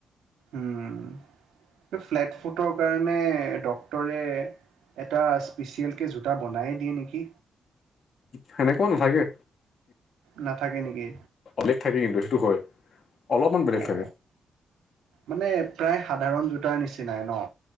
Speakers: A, on the right; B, on the left.
A: উম, এ ফ্লেট ফুটৰ কাৰণে ডক্তৰে এটা স্পেচিয়েলকে জোতা বনায়ে দিয়ে নেকি
B: সেনেকুৱা নাথাকে
A: নাথাকে নেকি
B: <unintelligible> থাকে কিন্তু সেইটো হয় অলপমান বেলেগ
A: অ
B: থাকে
A: মানে প্ৰায় সাধাৰণ জোতাৰ নিচিনাই ন